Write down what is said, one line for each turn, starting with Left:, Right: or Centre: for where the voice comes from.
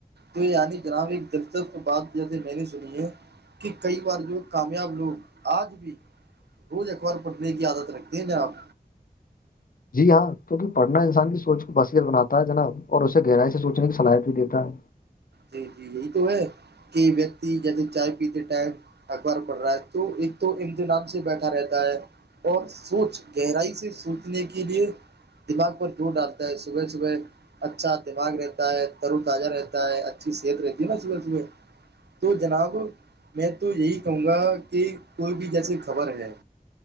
Right: یعنی جناب ایک دلچسپ بات کیا م نے سنیے کہ کئی بار جو کامیاب لوگ آج بھی روز اخبار پٹنے کی عادت رکھتے ہیں نا آپ
Left: جی ہاں کیونکہ پڑھنا انسان کی سوچ کو بصیت بناتا ہے جناب اور اسے گہرائی سے سوچنے کی صلاحیت بھی دیتا ہے
Right: جی جی یہی تو ہے کہ ویکتی جیسے چائے پیتے ٹائم اخبار پڑھ رہا ہے تو ایک تو امتحان سے بیٹھا رہتا ہے اور سوچ گہرائی سے سوچنے کے لیے دماغ پر چوٹ ڈالتا ہے صبح صبح اچھا دماغ رہتا ہے ترو تازہ رہتا ہے اچھی صحت رہتی ہےا صبح صبح تو جناب میں تو یہی کہوں گا کہ کوئی بھی جیسی خبر ہے